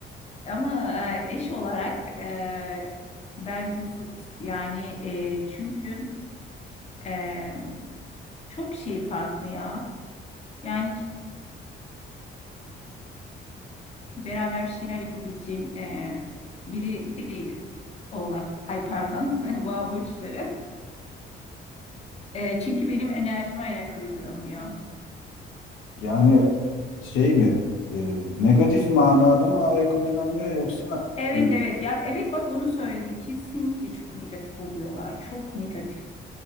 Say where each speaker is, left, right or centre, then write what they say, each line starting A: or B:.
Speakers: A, on the left; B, on the left.
A: Ama e, eş olarak e, bence zıt. Yani e, çünkü e, çok şey farklı ya. Yani ki- beraber bir şeyler yapabileceğim e, biri değil. Oğlak, ay pardon, <laughs> boğa burçları. E, çünkü benim enerjime ayak uyduramıyor.
B: Yani şey mi e, negatif manada mı ayak uyduramıyor yoksa
A: Evet
B: e,
A: evet ya evet bak onu söyledin kesinlikle çok negatif oluyorlar çok negatif